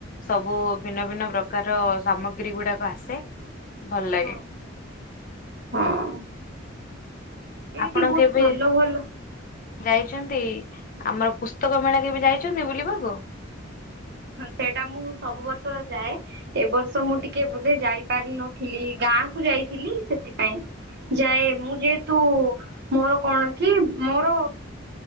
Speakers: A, on the left; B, on the right.
A: ସବୁ ଭିନ୍ନ ଭିନ୍ନ ପ୍ରକାର ସାମଗ୍ରୀ ଗୁଡାକ ଆସେ ଭଲ ଲାଗେ।
B: ହଁ- ହଁ। ଏଇଠି
A: ଆପଣ
B: ବହୁତ
A: କେବେ
B: ଭଲ ଭଲ
A: ଯାଇଛନ୍ତି? ଆମର ପୁସ୍ତକ ମେଳା କେ ବି ଯାଇଛନ୍ତି ବୁଲିବାକୁ?
B: ସେଇଟା ମୁଁ ସବୁ ବର୍ଷ ଯାଏ, ଏ ବର୍ଷ ମୁଁ ଟିକେ ବୋଧେ ଯାଇପାରିନଥିଲି। ଗାଁ କୁ ଯାଇଥିଲି ସେଥିପାଇଁ। ଯାଏ ମୁଁ ଯେହେତୁ ମୋର କଣ କି ମୋର